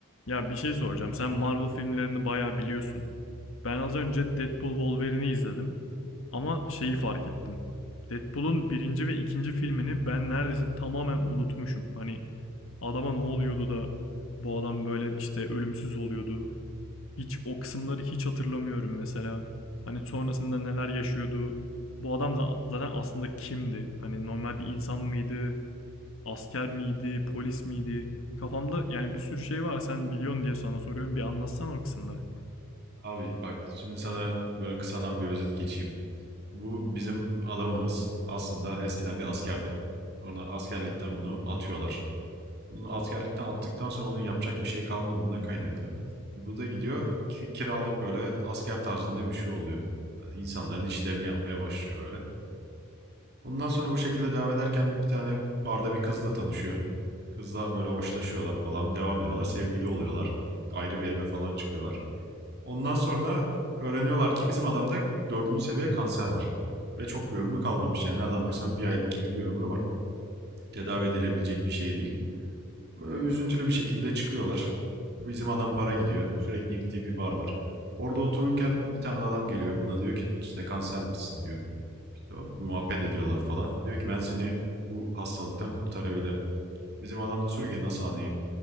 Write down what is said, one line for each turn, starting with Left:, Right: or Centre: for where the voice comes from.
Left: Ya bir şey soracağım. Sen Marvel filmlerini bayağı biliyorsun. Ben az önce Deadpool Wolverine'i izledim. Ama şeyi fark ettim. Deadpool'un birinci ve ikinci filmini ben neredeyse tamamen unutmuşum. Hani adama ne oluyordu da bu adam böyle işte ölümsüz oluyordu. Hiç o kısımları hiç hatırlamıyorum mesela. Hani sonrasında neler yaşıyordu. Bu adam za- zaten aslında kimdi? Hani normal bir insan mıydı? asker miydi, polis miydi? Kafamda yani bir sürü şey var. Sen biliyorsun diye sana soruyorum. Bir anlatsana o kısımları.
Right: Abi bak şimdi sana böyle kısadan bir özet geçeyim. Bu bizim adamımız aslında eskiden bir askerdi. Ona askerlikten bunu atıyorlar. Bunu askerlikten attıktan sonra onun yapacak bir şey kalmadığından kaynaklı. Bu da gidiyor ki- kiralık böyle asker tarzında bir şey oluyor. Yani insanların işlerini yapmaya başlıyor böyle. Ondan sonra bu şekilde devam ederken bir tane barda bir kızla tanışıyor. Kızla böyle hoşlaşıyorlar falan devam ediyorlar. Sevgili oluyorlar. Ayrı bir eve falan çıkıyorlar. Ondan sonra öğreniyorlar ki bizim adamda dördüncü seviye kanser var. Ve çok bir ömrü kalmamış. Yani nereden baksan bir aylık gibi bir ömrü var. Tedavi edilebilecek bir şey değil. Böyle üzüntülü bir şekilde çıkıyorlar. Bizim adam bara gidiyor. Sürekli gittiği bir bar var. Orada otururken bir tane adam geliyor. Buna diyor ki işte kanser misin diyor. İşte muhabbet ediyorlar falan. Diyor ki ben seni bu hastalıktan kurtarabilirim. Bizim adam da soruyor ki nasıl hani